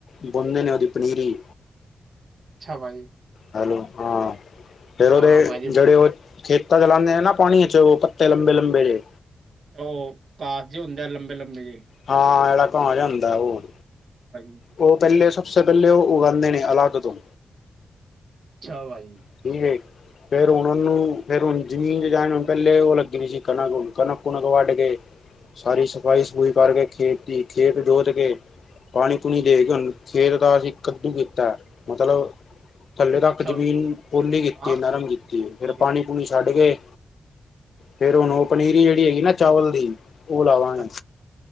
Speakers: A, on the left; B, on the right.
A: ਉਗਾਂਦੇ ਨੇ ਉਹਦੀ ਪਨੀਰੀ।
B: ਅੱਛਾ ਪਾਜੀ।
A: ਹੈਲੋ, ਹਾਂ ਫੇਰ ਉਦੇ
B: ਹਾਂ ਭਾਜੀ
A: ਜੇੜੇ ਉਹ ਖੇਤਾਂ ਚ ਲਾਨੇ ਆ ਨਾ ਪਾਣੀ ਚ ਉਹ ਪੱਤੇ ਲੰਬੇ-ਲੰਬੇ
B: ਓਹ ਤਾਰ ਜੇ ਹੁੰਦੇ ਆ ਲੰਬੇ-ਲੰਬੇ ਜੇਹ
A: ਹਾਂ ਜਿਹੜਾ ਕਾ ਜਾ ਹੁੰਦਾ ਉਹ
B: ਹਾਂਜੀ <inaudible>
A: ਉਹ ਪਹਿਲੇ ਸਭ ਸੇ ਪਹਿਲੇ, ਉਹ ਉਗਾਦੇ ਨੇ ਅਲੱਗ ਤੋਂ।
B: ਅੱਛਾ ਬਾਈ।
A: <inaudible> ਫੇਰ ਹੁਣ ਉਹਨੂੰ, ਫਿਰ ਹੁਣ ਜ਼ਮੀਨ ਜ ਜਾ ਹੁਣ ਪਹਿਲੇ ਉਹ ਲੱਗਣੀ ਸੀ ਕਣਕ-ਕਣਕ ਕਉਂਕ ਵੱਢ ਕੇ।
B: <inaudible>
A: ਸਾਰੀ ਸਫ਼ਾਈ ਸਫੂਈ ਕਰਕੇ ਖੇਤ ਦੀ ਖੇਤ ਜੋੋਤ ਕੇ, ਪਾਣੀ ਪੂਣੀ ਦੇ ਕੇ ਹੁਣ, ਖੇਤ ਦਾ ਅਸੀਂ ਕੱਦੂ ਕੀਤਾ, ਮਤਲਬ ਥੱਲੇ ਤੱਕ
B: ਅੱਛਾ
A: ਜ਼ਮੀਨ
B: ਉਹਨੂੰ
A: ਪੌਲੀ ਕੀਤੀ,
B: ਹਾਂ
A: ਨਰਮ ਕੀਤੀ,
B: ਠੀਕ
A: ਫਿਰ
B: ਹੈ।
A: ਪਾਣੀ ਪੂਣੀ ਛੱਡ ਕੇ। ਫੇਰ ਹੁਣ ਉਹ ਪਨੀਰੀ ਜਿਹੜੀ ਹੈਗੀ ਨਾ, ਚਾਵਲ ਦੀ ਉਹ ਲਾਵਾਂਗੇ।
B: ਅੱਛਾ